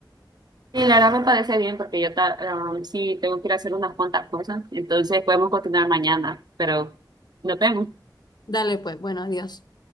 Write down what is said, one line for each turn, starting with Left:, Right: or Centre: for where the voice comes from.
Right: sí la verdad me parece bien porque yo ta- um, sí tengo que ir a hacer unas cuantas cosas, entonces podemos continuar mañana, pero nos vemos.
Left: Dale, pues, bueno, adiós.